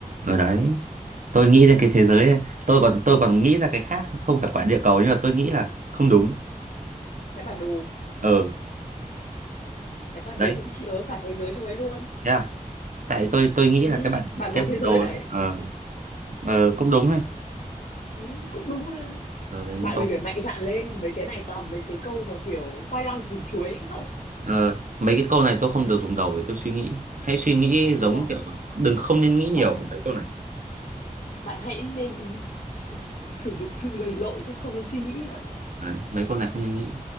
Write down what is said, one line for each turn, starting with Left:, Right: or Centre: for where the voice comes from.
Right: ở đấy tôi nghĩ đến cái thế giới ấy. tôi còn tôi còn nghĩ ra cái khác không phải quả địa cầu nhưng mà tôi nghĩ là không đúng
Left: cái bản đồ
Right: ờ
Left: cái bản
Right: đấy
Left: đồ cũng chứa cả thế giới trong ấy luôn
Right: thế à tại tôi tôi nghĩ
Left: ừ,
Right: là cái bản
Left: bản
Right: cái
Left: đồ
Right: bản
Left: thế giới
Right: đồ
Left: đấy
Right: ờ ờ, cũng đúng hay
Left: ừ, cũng đúng ha
Right: giờ đến
Left: bạn
Right: tôi
Left: mình phải mạnh dạn lên mấy cái này toàn mấy cái câu mà kiểu khoai lang củ chuối không
Right: ờ, mấy cái câu này tôi không được dùng đầu để tôi suy nghĩ hãy suy nghĩ giống
Left: đúng rồi
Right: kiểu đừng không nên nghĩ nhiều
Left: bằng
Right: về mấy câu này
Left: bạn hãy nên sử dụng sự lầy lội chứ không nên suy nghĩ bạn ạ
Right: đấy mấy con này không nên nghĩ